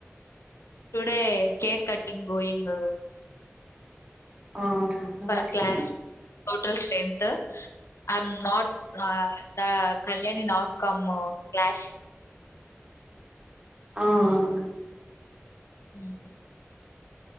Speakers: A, on the left; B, on the right.
A: Today cake cutting going.
B: ఆ congratulation.
A: super Class total strength. I'm not the Kalyani not come class.
B: ఆ ఆ
A: uh